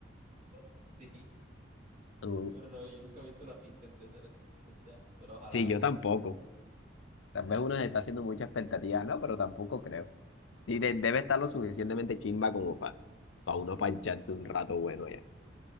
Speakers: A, on the right; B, on the left.
A: <laughs> Sí.
B: Uh,
A: Pero no, yo nunca he visto la finca, etcétera. Entonces, ajá, pero ojalá
B: sí, yo
A: sí.
B: tampoco. Tal vez uno se está haciendo mucha expectativa, ¿no? Pero tampoco creo. Y de- debe estar lo suficientemente chimba como para uno pancharse un rato bueno ya.